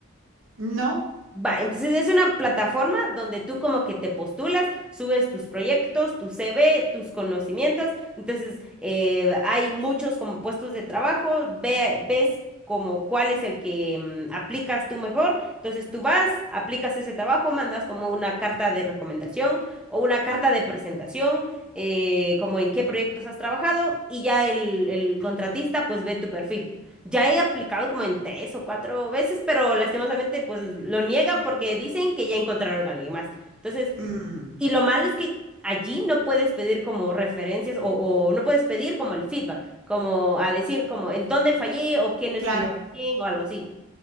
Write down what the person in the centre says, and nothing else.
Va, entonces es una plataforma donde tú como que te postulas, subes tus proyectos, tu CV, tus conocimientos entonces, eh, hay muchos como puestos de trabajo, ve- ves como cuál es el que mm, aplicas tú mejor. Entonces, tú vas, aplicas ese trabajo, mandas como una carta de recomendación o una carta de presentación, eh, como en qué proyectos has trabajado y ya el, el contratista pues ve tu perfil. Ya he aplicado como en tres o cuatro veces, pero lastimosamente pues lo niegan porque dicen que ya encontraron a alguien más. Entonces,
y lo malo es que allí no puedes pedir como referencias o, o no puedes pedir como el feedback, como a decir como en dónde fallé o quién lo
escribió bien o algo así.